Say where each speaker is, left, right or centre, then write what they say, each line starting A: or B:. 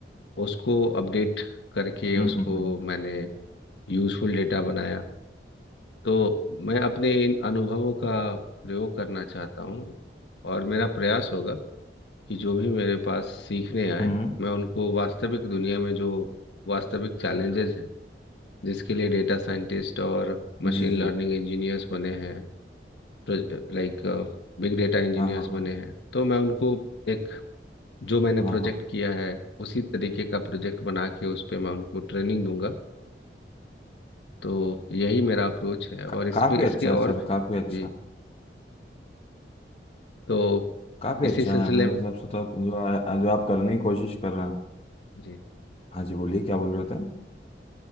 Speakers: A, on the left; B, on the left.
A: उसको अपडेट करके
B: हम्म
A: उसको
B: हम्म हम्म,
A: मैंने यूजफुल डेटा बनाया तो मैं अपने इन अनुभवों का प्रयोग करना चाहता हूँ और मेरा प्रयास होगा कि जो भी मेरे पास सीखने आए
B: हम्म,
A: मैं उनको वास्तविक दुनिया में जो वास्तविक चैलेंजेस हैं जिसके लिए डेटा साइंटिस्ट और मशीन
B: जी जी
A: लर्निंग इंजीनियर्स बने हैं लाइक बिग डेटा इंजीनियर्स
B: हाँ हाँ
A: बने
B: हाँ
A: हैं तो मैं उनको एक जो मैंने
B: हाँ
A: प्रोजेक्ट
B: हाँ
A: किया है उसी तरीके का प्रोजेक्ट बना के उस पे मैं उनको ट्रेनिंग दूंगा तो यही मेरा अप्रोच है और
B: का,
A: इसमें
B: काफी
A: इसके
B: अच्छा
A: और
B: है सर
A: भी-
B: काफी अच्छा
A: जी तो
B: काफी
A: इसी
B: अच्छा
A: सिलसिले
B: है मेरे
A: में
B: हिसाब से तो आप जो आ, जो आप करने की कोशिश कर रहे हैं
A: जी
B: हाँ जी बोलिए क्या बोल रहे थे